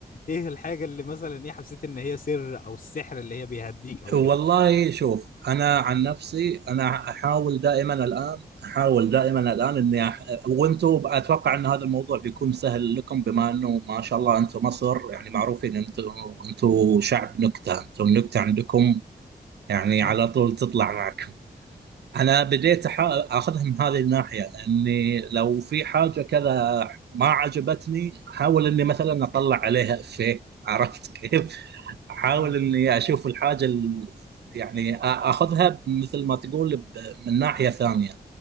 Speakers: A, on the left; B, on the right.
A: ايه الحاجه اللي مثلا ايه حسيت ان هي سر او السحر اللي هي بيهديك او
B: والله
A: كده
B: شوف انا عن نفسي انا احاول دائما الان احاول دائما الان اني أح... وانتم اتوقع ان هذا الموضوع بيكون سهل لكم بما انه ما شاء الله انتم مصر يعني معروفين انتم انتم شعب نكته انتم النكته عندكم يعني
A: امم
B: على طول تطلع معكم انا بديت أحا- اخذها من هذه الناحيه اني لو في حاجه كذا ما عجبتني احاول اني مثلا اطلع عليها افيه عرفت كيف <laughs> احاول
A: امم
B: اني اشوف الحاجه ال- يعني آ- اخذها مثل ما تقول ب- من ناحيه ثانيه